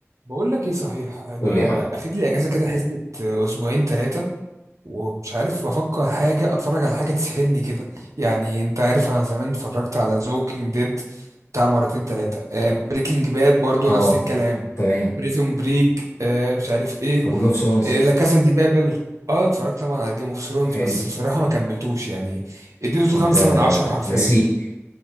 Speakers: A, on the right (about 80°); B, on the left (about 70°).
A: بقول لك ايه صحيح انا
B: قول لي يا معلم
A: اخد لي اجازه كده حسبه اسبوعين ثلاثه ومش عارف بفكر حاجه اتفرج على حاجه تسحلني كده يعني انت عارف انا زمان اتفرجت على زوكينج ديد بتاع مرتين ثلاثه آه بريكنج باد برضو
B: اه
A: نفس الكلام
B: تمام
A: بريزون بريك آه مش عارف ايه
B: طب جيم اوف ثرونز
A: آه لا كازا دي بابل اه اتفرجت طبعا على جيم اوف ثرونز
B: حلو
A: بس بصراحه ما كملتوش يعني اديته
B: انت
A: خمسة من عشرة حرفيا
B: نسيك